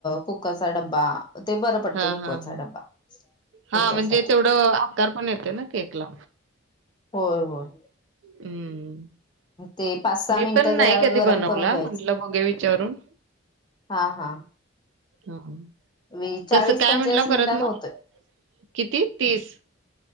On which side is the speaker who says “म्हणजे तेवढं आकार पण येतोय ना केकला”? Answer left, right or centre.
Right